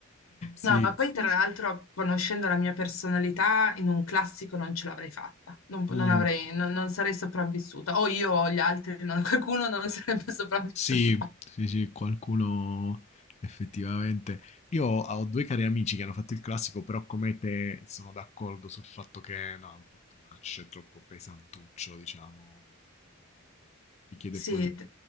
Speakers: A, on the left (about 80°); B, on the left (about 30°).
A: No,
B: Sì.
A: ma poi tra l'altro, conoscendo la mia personalità, in un classico non ce l'avrei fatta, non,
B: Mm.
A: non avrei, non, non sarei sopravvissuta, o io o gli altri, non- qualcuno non sarebbe <laughs> sopravvissuto.
B: Sì, sì, sì, qualcuno effettivamente. Io ho due cari amici che hanno fatto il classico, però come te sono d'accordo sul fatto che no, è un po' too much, è troppo pesantuccio, diciamo, mamma mia, richiede
A: Sì,
B: poi un...
A: d-